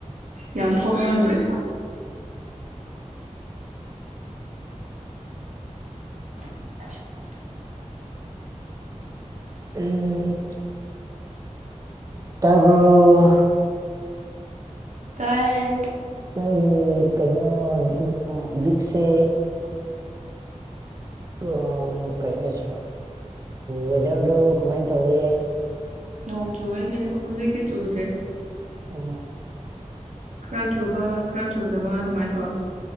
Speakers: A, on the right (about 75°); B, on the right (about 30°).
A: ꯌꯥꯝ ꯐꯥꯎꯅꯗ꯭ꯔꯦ <inaudible>
B: ꯎꯝ ꯇꯥꯔꯕ
A: ꯇꯥꯏ
B: ꯅ ꯀꯩꯅꯣ ꯍꯧꯖꯤꯛꯁꯦ ꯑꯣ ꯀꯩ ꯍꯥꯏꯁꯤꯔ ꯋꯦꯗꯔꯗꯣ ꯀꯃꯥꯏꯅ ꯇꯧꯒꯦ
A: ꯅꯣꯡ ꯆꯨꯩꯁꯤꯗꯤ ꯍꯧꯖꯤꯛꯇꯤ ꯆꯨꯗ꯭ꯔꯦ
B: ꯑ
A: ꯈꯔ ꯆꯨꯕ ꯈꯔ ꯆꯨꯗꯕ ꯑꯗꯨꯃꯥꯏꯅ ꯇꯧꯋꯤ